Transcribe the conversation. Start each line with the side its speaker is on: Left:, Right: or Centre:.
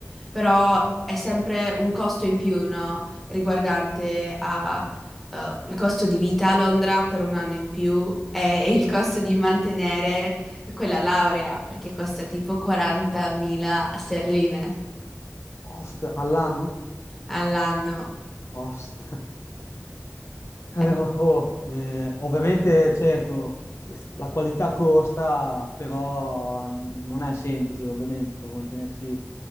Centre: però è sempre un costo in più, no? Riguardante a, eh, il costo di vita a Londra per un anno in più e il costo di mantenere quella laurea, perché costa tipo 40.000 sterline
Left: Post all'anno?
Centre: all'anno.
Left: Post.
Centre: Eh,
Left: Eh, oh, oh, eh, ovviamente, certo, la qualità costa, però mh, non è semplice, ovviamente, per mantenersi